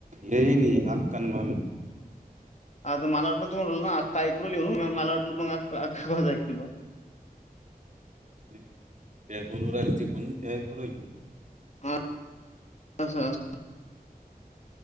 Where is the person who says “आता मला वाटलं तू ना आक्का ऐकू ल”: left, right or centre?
Left